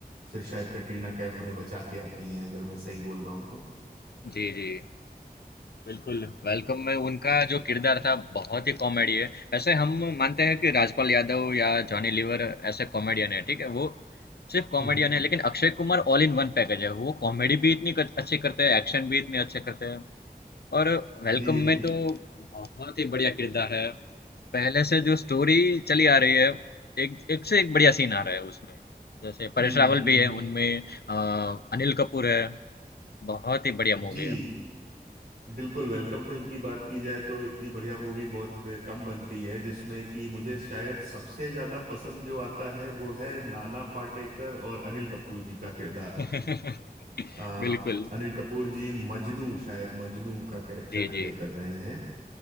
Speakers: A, on the right; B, on the left.
A: फिर शायद कटरीना कैफ उन्हें बचा के आती हैं अगर मैं सही बोल रहा हूँ तो
B: जी जी बिल्कुल वेलकम में उनका जो किरदार था बहुत ही कॉमेडी है वैसे हम मानते हैं कि राजपाल यादव या जॉनी लीवर ऐसे कॉमेडियन है ठीक है वो सिर्फ कॉमेडियन
A: हम्म हम्म,
B: है लेकिन Akshay Kumar all in one package है वो कॉमेडी भी इतनी कर, अच्छी करते हैं एक्शन भी इतने अच्छे करते हैं और वेलकम
A: जी बिल
B: में तो बहुत ही बढ़िया किरदार है पहले से जो स्टोरी चली आ रही है एक एक से एक बढ़िया सीन आ रहा है उसमें जैसे परेश
A: हम्म
B: रावल
A: हम्म
B: भी है उनमें अ, अनिल कपूर है बहुत ही बढ़िया
A: जी
B: मूवी है
A: बिल्कुल वेलकम फिल्म की बात की जाए तो इतनी बढ़िया मूवी बहुत कम बनती है जिसमें कि मुझे शायद सबसे ज्यादा पसंद जो आता है वो है नाना पाटेकर और अनिल कपूर जी का किरदार
B: <laughs>
A: आ,
B: बिल्कुल
A: अनिल कपूर जी मजनू शायद मजनू का कैरेक्टर
B: जी
A: प्ले
B: जी
A: कर रहे हैं